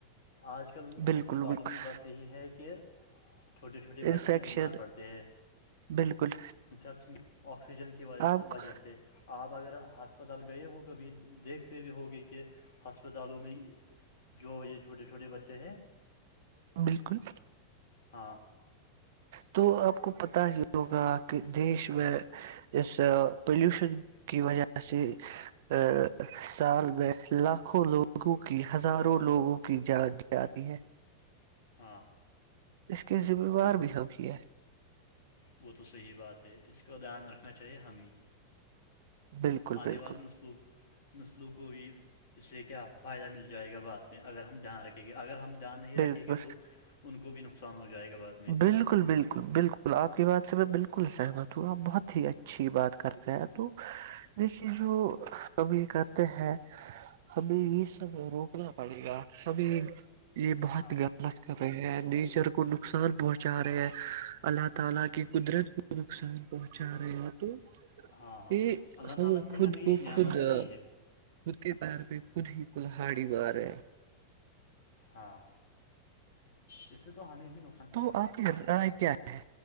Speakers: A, on the left; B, on the right.
A: آج کل
B: بالکل
A: ہسپتالوں
B: بالکل
A: میں بس یہی ہے کہ چھوٹے چھوٹے
B: انفیکشن
A: بچے بیمار پڑتے ہیں
B: بالکل
A: انفیکشن آکسیجن کی
B: آپ
A: وجہ سے آپ اگر ہسپتال گئے ہو کبھی دیکھ بھی ہوگئے کہ ہسپتالوں میں جو یہ چھوٹے چھوٹے بچے ہیں
B: بالکل
A: ہاں
B: تو آپ کو پتا ہی ہوگا کہ دیش میں اس پلیوشن کی وجہ سے ا سال میں لاکھوں لوگوں کی ہزاروں لوگوں کی جانچ ج رہی ہے
A: ہاں
B: اس کی ذمہوار بھی ہم کی ہے
A: وہ تو صحیح بات ہے اس کا دھیان رکھنا چے ہمد
B: بالکل
A: آنے
B: بالکل
A: والے نصلوب نسلوں کو بھی اس سے کیا فائدہ مل جائے گا بات میں اگر ہم دھیان رکھیں گے اگر ہم دھیان نہیں رکھیں
B: بالکل
A: گے تو ان کو بھی نقصان ہو جائے گا بعد میں
B: بالکل بالکل بالکل آپ کی بات سے میں بالکل سہمت ہوں آپ بہت ہی اچ اچھی بات کرتے ہیں تو دیکھیے جو ہم یہ کرتے ہیں ہمیں یہ سب روکنا پڑے گا ہمیں یہ بہت
A: ہاں
B: مت کر رہے ہیں نیچر کو نقصان پہنچا رہے ہیں اللہ تعالی کی قدرت نقصان پہنچا رہے تو
A: ہاں ہاں
B: <unintelligible> یہ
A: اللہ
B: ہم
A: تعالی نے
B: خود
A: ہمیں یہ
B: کو
A: نعمتیں
B: خود
A: دی ہے
B: خود کے پار پہ خود ہی کلہڑی بار ہے
A: ہاں اس سے تو ہمیں ہی ن
B: تو آپ کی رائے کیا ہے